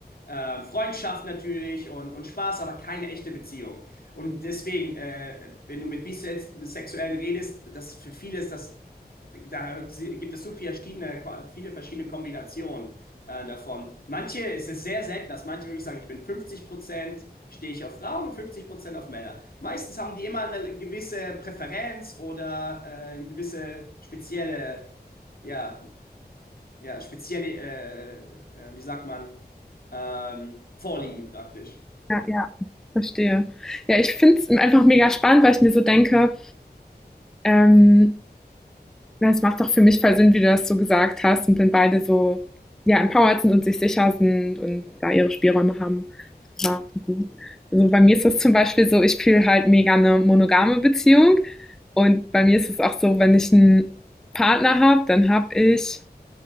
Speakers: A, on the left; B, in the centre.
A: Äh, Freundschaft natürlich und, und Spaß, aber keine echte Beziehung. Und deswegen, äh, wenn du mit Bisexuellen redest, das für viele ist das, da gibt es so viele verschiedene, viele verschiedene Kombinationen äh, davon. Manche, es ist sehr selten, dass manche wirklich sagen, ich bin 50% stehe ich auf Frauen und 50% auf Männer. Meistens haben die immer eine gewisse Präferenz oder äh, eine gewisse spezielle, ja, ja, spezielle, äh, äh, wie sagt man, ähm, Vorlieben praktisch.
B: ja, ja. Verstehe. Ja, ich finde es einfach mega spannend, weil ich mir so denke, ähm, Das macht doch für mich voll Sinn, wie du das so gesagt hast und wenn beide so ja, empowered sind und sich sicher sind und da ihre Spielräume haben. Ja, gut. Also bei mir ist das zum Beispiel so, ich fühle halt mega eine monogame Beziehung. Und bei mir ist es auch so, wenn ich einen Partner habe, dann habe ich